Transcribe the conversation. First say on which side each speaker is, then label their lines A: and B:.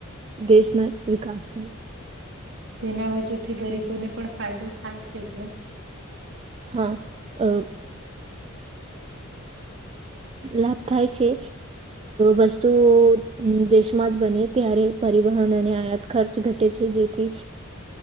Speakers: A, on the right; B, on the right.
A: દેશનો વિકાસ થાય.
B: તેના વચ્ચેથી ગરીબોને પણ ફાયદો થાય છે કે.
A: હા, અ લાભ થાય છે. વસ્તુઓ દેશમાં જ બને ત્યારે પરિવહન અને આયાત ખર્ચ ઘટે છે. જેથી